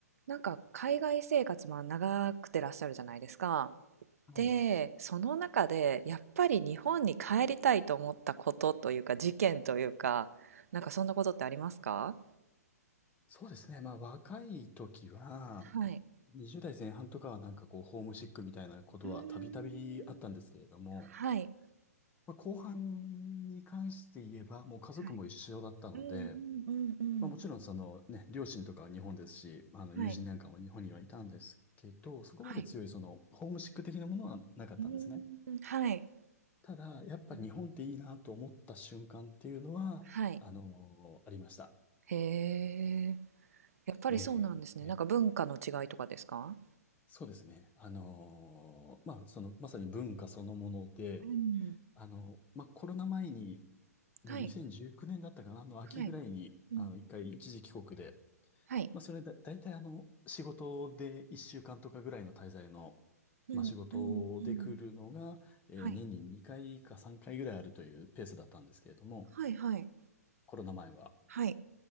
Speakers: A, on the right (about 60°); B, on the left (about 15°).
A: なんか海外生活も長くてらっしゃるじゃないですか。
B: はい。
A: で、その中でやっぱり日本に帰りたいと思ったことというか事件というか、なんかそんなことってありますか
B: そうですね。まあ、若い時は、
A: はい。
B: 20代前半とかはなんかこう、ホームシックみたいなことはたびたびあったんですけれども、
A: うーん。はい。
B: まあ、後半に関して言えば、もう家族も一緒だったので、
A: はい。うんうんうんうん。
B: まあ、もちろんそのね、両親とかは日本ですし、まあの、
A: はい。
B: 友人なんかも日本にはいたんですけど、そこまで強いその、
A: はい。
B: ホームシック的なものはなかったんですね。
A: うーん。はい。
B: ただ、やっぱ日本っていいなと思った瞬間っていうのは、
A: うんはい。
B: あのありました。
A: へえ。やっぱりそうなんですね。
B: えー
A: なんか文化の違いとかですか
B: そうですね。あのーまあ、その、まさに文化そのもので、
A: うん。
B: あの、まあ、コロナ前に、の2019年だったかな、
A: はい。
B: あの秋ぐらいに、
A: はい。うんうん。
B: あの、一回一時帰国で、
A: はい。
B: まあ、それだ、大体あの、仕事で1週間とかぐらいの滞在の、
A: うんうんうん。
B: まあ、仕事で来るのが、えー年に2回か3回ぐらいあるというペースだったんですけれども、
A: はい。はいはい。
B: コロナ前は。
A: はい。